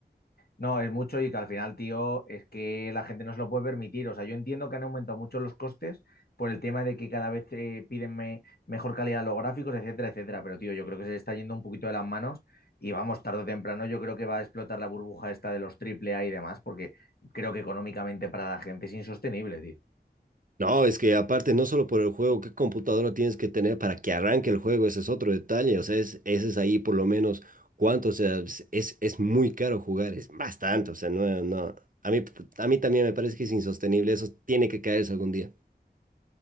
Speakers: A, on the left (about 65°); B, on the right (about 50°).
A: No, es mucho y que al final, tío, es que la gente no se lo puede permitir. O sea, yo entiendo que han aumentado mucho los costes por el tema de que cada vez eh, piden me- mejor calidad a los gráficos, etcétera, etcétera. Pero, tío, yo creo que se le está yendo un poquito de las manos y vamos, tarde o temprano, yo creo que va a explotar la burbuja esta de los triple A y demás, porque creo que económicamente para la gente es insostenible, tío.
B: No, es que aparte, no solo por el juego, qué computadora tienes que tener para que arranque el juego, ese es otro detalle, o sea, es, ese es ahí por lo menos cuánto, o sea, es, es, es muy caro jugar, es bastante, o sea, no, no, a mí, a mí también me parece que es insostenible, eso tiene que caerse algún día,